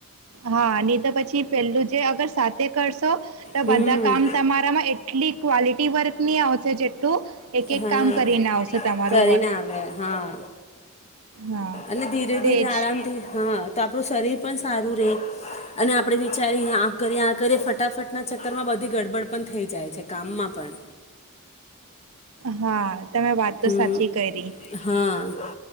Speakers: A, on the right; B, on the left.
A: હા નહી તો પછી પેલું જે અગર સાથે કરશો. તો
B: હમ
A: બધા કામ તમારામાં એટલી ક્વલિટી વર્ક ની આવ છે જેટલું એક એક
B: હા
A: કામ કરીને આવશે તમારું
B: કરીને
A: વર્ક
B: આવે. હા
A: હા
B: અને ધીરે
A: તેજ
B: ધીરે આરામથી હા. તો આપડું શરીર પણ સારું રહીયે અને આપણે વિચારીએ આ કરીએ આ કરીએ ફટાફટના ચક્કર માં બધી ગડબડ પણ થઈ જાય છે. કામમાં પણ.
A: હા તમે વાત તો
B: હમ
A: સાચી કરી.
B: હા